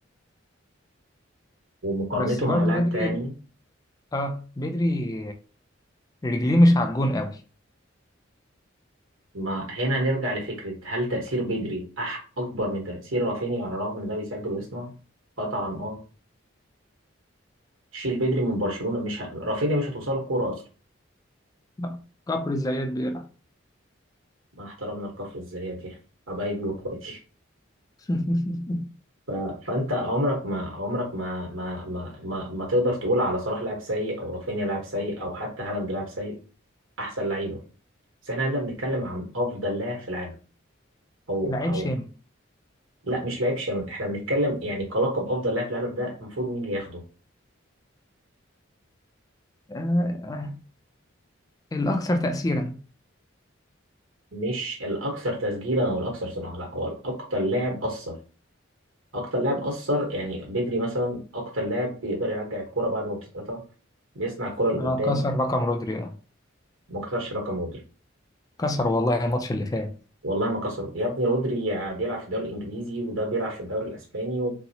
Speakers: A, on the right; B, on the left.
A: ومقارنته
B: بس برضه
A: مع لاعب
B: بدري
A: تاني
B: اه بدري رجليه مش على الجون قوي
A: ما هنا نرجع لفكره هل تأثير بدري أح اكبر من تأثير رافينيا على الرغم ان ده بيسجل ويصنع قطعا اه شيل بدري من برشلونه مش ه... رافينيا مش هتوصل الكوره اصلا
B: لا، كفر الزيات بيلعب
A: مع احترامنا لكفر الزيات يعني حبايبي واخواتي
B: <laughs>
A: ف... فانت عمرك ما عمرك ما ما ما ما, ما تقدر تقول على صلاح لاعب سيء او رافينيا لاعب سيء او حتى هالاند لاعب سيء احسن لعيبه بس احنا هنا بنتكلم عن افضل لاعب في العالم او
B: لعيب
A: او
B: شامل
A: لا مش لاعب شامل احنا بنتكلم يعني كلقب افضل لاعب في العالم ده المفروض مين اللي ياخده
B: آه آه. الأكثر تأثيرا
A: مش الاكثر تسجيلا او الاكثر صناعه لا هو الاكثر لاعب اثر اكتر لاعب اثر يعني بدري مثلا اكتر لاعب بيقدر يرجع الكرة بعد ما بتتقطع بيصنع الكرة لقدام
B: آه كسر رقم رودري آه
A: ما كسرش رقم رودري
B: كسر والله الماتش اللي فات
A: والله ما كسروا يا ابني رودري بيلعب في الدوري الانجليزي وده بيلعب في الدوري الاسباني و...